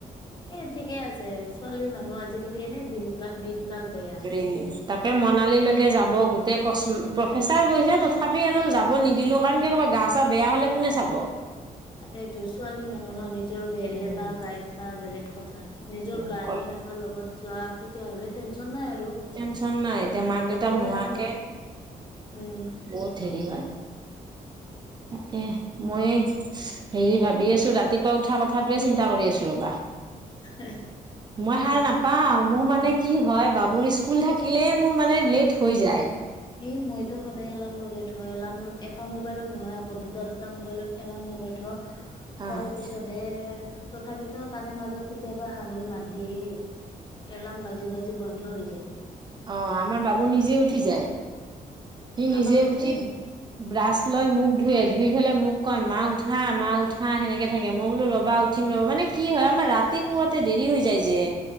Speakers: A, on the left (about 30°); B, on the right (about 30°).
A: এ ঠিকে আছে ছোৱালী মানুহ আজিকালি এনে দিন দিনকাল বেয়া।
B: <unintelligible> তাকে মনালি লৈকে যাব গোটেই ক প্ৰফেচাৰ গৈছে তথাপি এন যাব নিদিলোঁ কাৰণ কিয় কিবা গা চা বেয়া হ'লে কোনে চাব।
A: তাকেইটো ছোৱালী মানুহ ন' নিজৰ হেৰি
B: উম
A: এটা গাইড এটা বেলেগ কথা। নিজৰ গাৰ্জেন
B: অকল
A: এটাৰ লগত যোৱা। তেতিয়াহ'লে টেনচন নাই আৰু
B: টেনচন নাই এতিয়া মাক দেউতাক
A: অকলে
B: নোহোৱাকে
A: আৰু উম।
B: বহুত হেৰি হয়, তাকে মই হেৰি ভাবি আছোঁ, ৰাতিপুৱা উঠা কথাটোৱে চিন্তা কৰি আছো ৰবা।
A: <unintelligible>
B: মই সাৰ নাপাওঁ, মোৰ মানে কি হয় বাবুৰ স্কুল থাকিলেই মোৰ মানে লেট হৈ যায়।
A: এ মইটো সদায় এলাৰ্ম লগাই থওঁ এলাৰ্ম এটা মোবাইলত নহয়, আকৌ দুটা দুটা মোবাইলত এলাৰ্ম লগাই থওঁ। <inaudible>
B: অ
A: তাৰে পিছতহে তথাপিতো তাৰে মাজত কেতিয়াবা শাহুয়ে মাত দিয়ে। এলাৰ্ম বাজি বাজি বন্ধ হৈ যায়।
B: অঁ, আমাৰ বাবু নিজে উঠি যায়, সি নিজে
A: আমাৰ নুঠে
B: উঠি ব্ৰাছ লৈ মোখ ধুুৱে ধুই পেলাই মোক কয়, মা উঠা মা উঠা সেনেকে থাকে মই বোলো ৰবা উ ঠিম ৰ, মানে কি হয়, আমাৰ ৰাতি শুৱাতে দেৰি হৈ যায় যে।